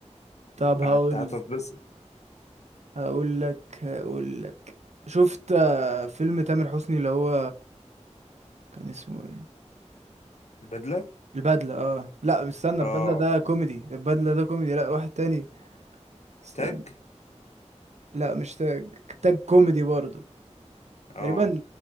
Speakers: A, on the right; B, on the left.
A: طب هقول
B: هت- هتتبسط
A: هقول لك هقول لك شفت آه، فيلم تامر حسني اللي هو كان اسمه ايه
B: البدله
A: البدلة اه لا مستنى
B: اه
A: البدلة ده كوميدي البدلة ده كوميدي لا واحد تاني است...
B: تاج
A: لا مش تاج تاج كوميدي برضه
B: اه
A: تقريبا